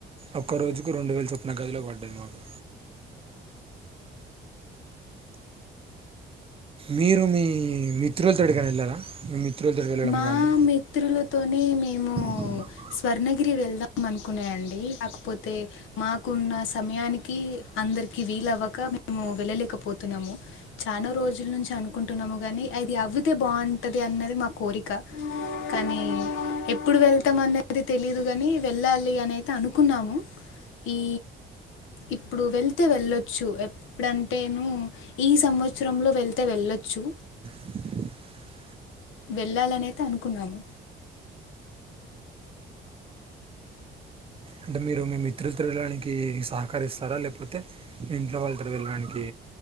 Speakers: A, on the right; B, on the left.
A: ఒక్క రోజుకు రెండు వేలు చొప్పున గదిలో పడ్డాది మాకు మీరు మీ మిత్రులతోడికని వెళ్ళారా మీ మిత్రులతో వెళ్ళడం
B: మా
A: కానీ
B: మిత్రులతోని మేము
A: <inaudible>
B: స్వర్ణగిరి వెళ్దాం అనుకునే అండి కాకపోతే మాకున్న సమయానికి అ అందరికి వీల్వ్వక మేము వెళ్ళలేకపోతున్నాము చాన రోజుల నుంచి అనుకుంటున్నాము కాగానీ అఐ అవితే బాగుంటది అన్నది మా కోరిక కానీ ఎప్పుడు వెళ్తాం అనేది తెలీదు కాని వెళ్ళాలి అని అయితే అనుకున్నాము ఈ ఇప్పుడు వెళ్తే వెళ్ళొచ్చు ఎప్పుడంటేను ఈ సంవత్సరంలో వెళ్తే వెళ్ల చ్చు
A: <inaudible>
B: వెళ్ళాలి అనిఐయితే అనుకున్నాము
A: అంటే మీరు మీ మిత్రులతో వెళ్ళడానికి సహకరిస్తార లేకపోతే మీ ఇంట్లో వాళ్ళతో వెళ్ళడానికి